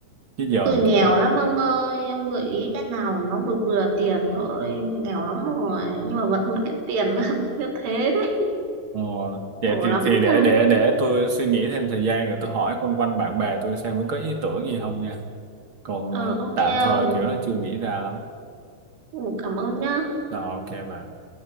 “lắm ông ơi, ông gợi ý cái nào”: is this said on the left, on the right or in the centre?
Right